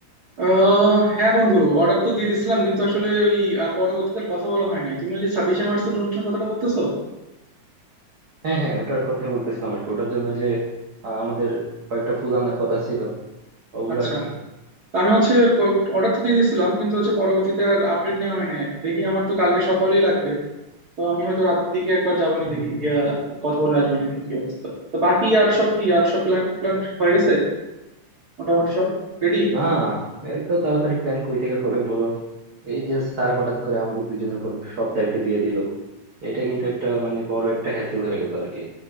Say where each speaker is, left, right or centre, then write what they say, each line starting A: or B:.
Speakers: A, on the right; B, on the right.
A: আহ হ্যাঁ বন্ধু অর্ডার তো দিয়ে দিছিলাম কিন্তু আসলে ওই আহ, পরবর্তীতে আর কথা বলা হয় নাই তুমি ওই যে ছাব্বিশে মার্চের অনুষ্ঠানের কথাটা বলতেছো
B: হ্যাঁ হ্যাঁ ওটার কথাই বলতেছিলাম আর কি ওটার জন্য যে আহ, আমাদের কয়েকটা ফুল আনার কথা ছিল ওগুলো
A: আচ্ছা
B: আর কি
A: তা আমি হচ্ছে অর্ডার তো দিয়ে দিছিলাম কিন্তু হচ্ছে পরবর্তীতে আর আপডেট নেওয়া হয় নাই আর কি দেখি আমার তো কালকে সকালেই লাগবে তো আমি হয়তো রাতের দিকে একবার যাবানি
B: হম
A: দেখি
B: হম
A: গিয়া কথা বলে আসবানি দেখি কি অবস্থা তো বাকি আর সব কি আর সব প্ল্যান প্ল্যান হয়ে গেছে মোটামুটি সব রেডি
B: না এই তো তাড়াতাড়ি প্ল্যান কই থেকে হবে বলো এই যে স্যার হঠাৎ করে আমাদের দুইজনের উপর সব দায়িত্ব দিয়ে দিল এটা কিন্তু একটা মানে বড় একটা হ্যাসেল হয়ে গেল আর কি